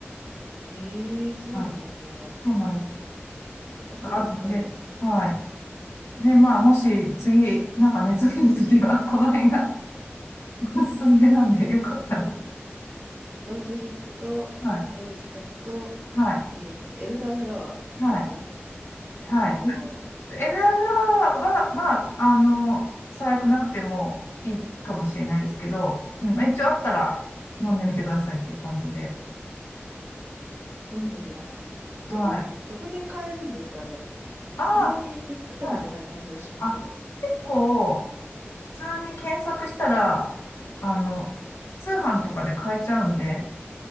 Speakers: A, on the right; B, on the left.
A: ええ、そうなんですね。
B: はい。そうなんです。
A: 奥が深い。
B: あるんで、はい。で、まあ、もし次、なんか熱が出るときは、この辺がおすすめなんで、よかったら。
A: ローズヒップと、
B: はい。
A: ハイビスカスと、
B: はい、
A: えっと、エルダーフラワーですね。
B: はい、はい。
A: ああ
B: ちょっとエルダーフラワーは、まあ、あの、最悪なくてもいいかもしれないですけど、うんまあ、一応あったら飲んでみてくださいっていう感じで。
A: 飲んでみます。
B: はい。
A: どこ、どこで買えるんですかね
B: ああ、
A: あんまり見、見たことない感じがしますけど。
B: はい。あ、結構、普通に検索したら、あの、通販とかで買えちゃうんで、